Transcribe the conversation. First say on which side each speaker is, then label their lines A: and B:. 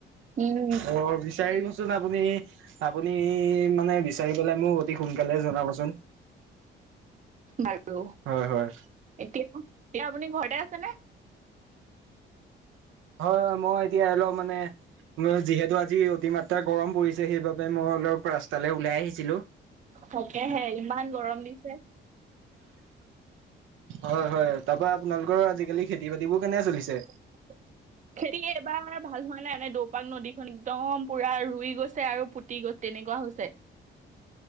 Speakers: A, on the right; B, on the right.
A: উম
B: অ' বিচাৰি দিবচোন চোন আপুনি, আপুনি মানে বিচাৰি পেলাই মোক অতি সোনকালে জনাবচোন।
A: বাৰু
B: হয় হয় হয়
A: এতিয়া, এতিয়া আপুনি ঘৰতে আছেনে?
B: হয় হয় মই এতিয়া অলপ মানে যিহেতু আজি অতিমাত্ৰ। গৰম পৰিছে, সেইবাবে মই অলপ ৰাস্তালৈ ওলাই আহিছিলোঁ।
A: থাকেহে ইমান গৰম দিছে।
B: হয় হয় তাৰপা আপোনালোকৰ আজিকালি খেতি-বাতিবোৰ কেনে চলিছে?
A: <inaudible> খেতি এবাৰ ভাল হোৱা নাই মানে, দৌপাক নদীখন একদম পুৰা ৰুই গৈছে আৰু পু টি গৈছে এনেকুৱা হৈছে।